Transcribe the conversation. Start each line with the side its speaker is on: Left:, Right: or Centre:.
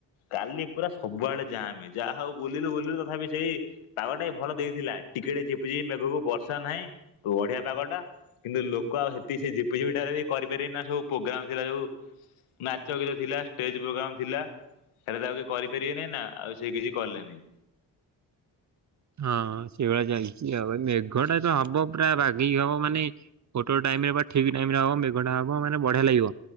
Left: କାଲି ପୁରା ସବୁଆଡେ ଯାଁମ୍ <unintelligible> ହେଇଜି ଵ ଯାହା ହଉ ବୁଲିଲୁ ବୁଲିଲୁ ତଥାପି ସେଇ ପାଗଟା ବି ଭଲ ଦେଇଥିଲା ଟିକେ ଟିକେ ଝିପଝିପି ମେଘକୁ ବର୍ଷା ନାହିଁ ବଢିଆ ପାଗ ଟା କିନ୍ତୁ ଲୋକ ଆଉ ହେତିକି ସେ ଝିପିଝିପିଟାରେ ହିଁ କରିପାରିବେ ନା ସବୁ ପ୍ରୋଗ୍ରାମ ଥିଲା ଯୋଉ ନାଚ ଗୀତ ଥିଲା ଷ୍ଟେଜ ପ୍ରୋଗ୍ରାମ ଥିଲା ସେଇଟା ତ ଆଉ କିଏ କରିପାରିବେନି ନା ଆଉ ସେ କିଛି କଲେନି।
Right: ହଁ ସେଭଳିଆ ଚାଲିଚି ଆଉ ମେଘ ଟା ତ ହବ ପୁରା ବାଗେଇକି ହବ ମାନେ ଗୋଟେ ଗୋଟେ ଟାଇମ ରେ ବା ଠିକ ଟାଇମ ରେ ହବ ମେଘଟା ହବ ମାନେ ବଢିଆ ଲାଗିବ